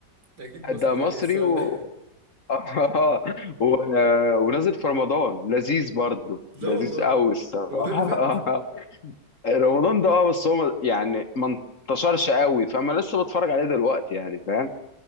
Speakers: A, on the right (about 60°); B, on the left (about 45°).
A: ده اكيد مصري
B: ده
A: صحيح
B: مصري
A: ايه السؤال
B: و...
A: ده
B: <laughs> و... ونازل في رمضان لذيذ برضه
A: <laughs> لا
B: لذيذ
A: والله
B: قوي الصراحه
A: هو ده اللي فات
B: <laughs> رمضان ده اه بس هو ما- يعني ما انتشرش قوي فانا لسه بتفرج عليه دلوقتي يعني فاهم